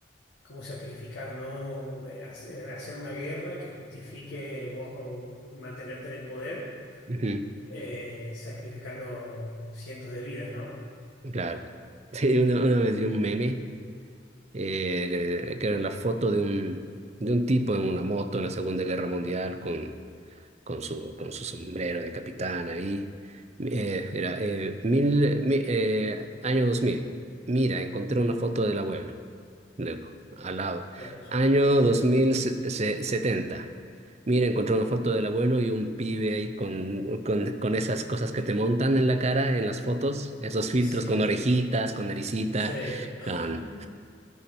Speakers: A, on the left; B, on the right.
A: cómo sacrificar, ¿no? Eh, hace- Hacer una guerra que justifique vos o mantenerte en el poder,
B: ujú,
A: eh, sacrificando cientos de vidas, ¿no?
B: claro. <laughs> Sí, una, una vez vi un meme eh, que era la foto de un, de un tipo en una moto en la Segunda Guerra Mundial con, con su, con su sombrero de capitán ahí. Eh, era eh, mil, mi- eh, año 2000. Mira, encontré una foto del abuelo. Luego, al lado.
A: Claro.
B: Año dos mil setenta Mira, encontré una foto del abuelo y un pibe ahí con, con, con esas cosas que te montan en la cara, en las fotos, esos filtros
A: Sí,
B: con orejitas, con naricita,
A: sí.
B: con...
A: <laughs>